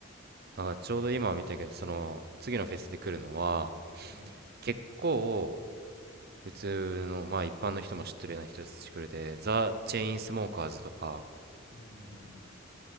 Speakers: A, on the right; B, on the left.
A: あ、ちょうど今見たけど、その、次のフェスで来るのは、
B: うん。
A: 結構、普通の、まあ一般の人も知ってるような人たち来るで、ザ・チェインスモーカーズとか、
B: うん。うん。